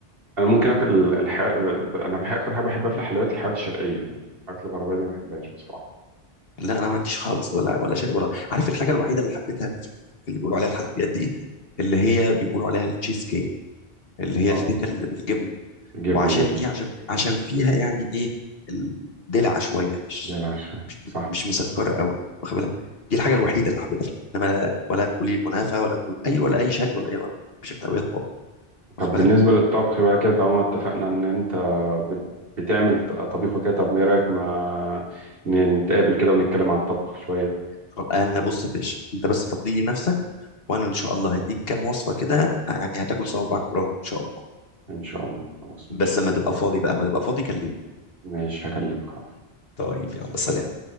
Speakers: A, on the right; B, on the left.
A: انا ممكن اكل الح... انا بحب اكتر حاجه بحبها في الحلويات الحلويات الشرقيه يعني الحاجات الغربيه دي ما بحبهاش بصراحه
B: لا انا ما عنديش خالص ولا ولا شيء ولا عارف الحاجه الوحيده اللي حبيتها في في اللي بيقولوا عليها الحلويات دي اللي هي بيقولوا عليها التشيز كيك اللي هي
A: اه
B: الكيكه اللي بالجبنه
A: الجبنه
B: وعشان
A: دي
B: ايه عشان في عشان فيها يعني ايه الدلع شويه مش
A: دي انا عارفها.
B: مش
A: صح
B: مش مسكره قوي واخد بالك دي الحاجه الوحيده اللي حبيتها في الحلويات انما ولا تقولي كنافه ولا تقول اي ولا اي شرقي ولا اي غربي مفيش الحلويات خالص
A: طب
B: واخد بالك
A: بالنسبه للطبخ بقى كده طالما اتفقنا ان انت بت... بتعمل ط- طبيخ وكده طب ما ايه رايك ما نتقابل كده ونتكلم عن الطبخ شويه
B: خلاص، انا بص يا باشا انت بس فضي لي نفسك وانا ان شاء الله هديك كام وصفه كده يعني هتاكل صوابعك وراهم ان شاء الله
A: ان شاء الله خلاص
B: بس
A: ماشي
B: لما تبقى فاضي بقى لما تبقى فاضي كلمني
A: ماشي هكلمك حاضر
B: طيب يلا
A: سلام.
B: سلام